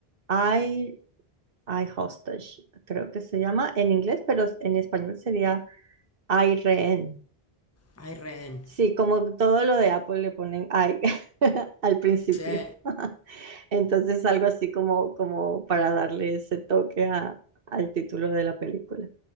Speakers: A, on the right (about 60°); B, on the left (about 15°).
A: I, I Hostage, creo que se llama en inglés, pero en español sería I Rehén.
B: Ay, rehén.
A: Sí, como todo lo de Apple le ponen ay <laughs> al principio.
B: Che,
A: <laughs> Entonces algo así como, como para darle ese toque a- al título de la película.